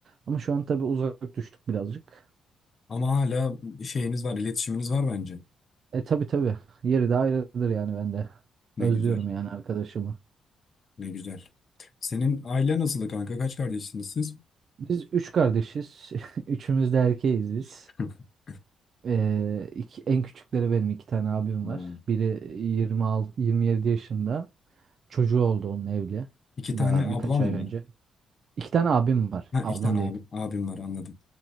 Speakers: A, on the right; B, on the left.
A: Ama şu an tabii uzak düştük birazcık.
B: Ama hala şeyiniz var, iletişiminiz var bence.
A: E tabii tabii. Yeri de ayrıdır yani ben de.
B: Ne
A: Özlüyorum
B: güzel.
A: yani arkadaşımı.
B: Ne güzel. Senin aile nasıldı kanka? Kaç kardeşsiniz siz?
A: Biz üç kardeşiz. <laughs> Üçümüz de erkeğiz biz.
B: <laughs>
A: Ee, iki- en küçükleri benim iki tane abim
B: Oo.
A: var. Biri 26, 27 yaşında. Çocuğu oldu onun evli.
B: İki
A: Daha
B: tane ablam
A: birkaç ay
B: mı
A: önce.
B: var?
A: İki tane abim var.
B: Ha,
A: Ablam
B: iki tane
A: değil.
B: abi, abim var anladım.